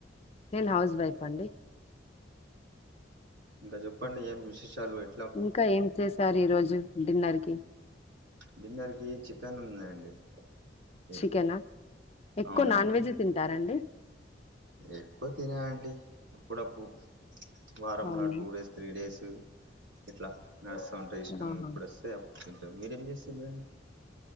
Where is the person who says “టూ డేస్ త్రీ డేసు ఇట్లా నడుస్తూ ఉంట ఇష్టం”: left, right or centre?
Right